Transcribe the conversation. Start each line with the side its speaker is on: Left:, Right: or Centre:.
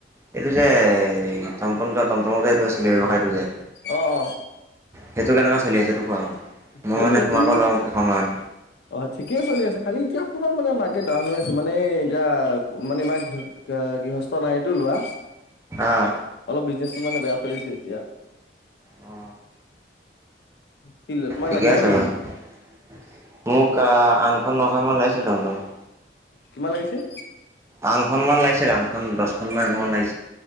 Right: এইটো যে টমটম যোৱা টমটম যে এইটো আছিলে ব্যৱসায়টো যে
Left: অঁ অ
Right: সেইটো কেনেকুৱা চলি আছে সেইটো কোৱা মোক মই
Left: সেইটোতো
Right: মানে
Left: সেইটো
Right: তোমাৰ পৰা ল'ম কেইখনমান
Left: অ ঠিকে চলি আছে খালি এতিয়া অকমান মানে মাৰ্কেট ডাউন হৈ আছে মানে এতিয়া মানে ইমান গৃহস্থ নাইতো লোৱা
Right: অঁ
Left: অলপ বিজনেচটো মানে বেয়া চলিছে এতিয়া
Right: অ
Left: কি ল- তোমাক
Right: ঠিকে
Left: লাগিব
Right: আছে
Left: নেকি
Right: বাৰু মোক আহ আনখন নখন মান লাগিছিল তমতম
Left: কিমান লাগিছিল
Right: আঠনখন মান লাগিছিল আঠনখন দহখন মান আনিব‌ লাগি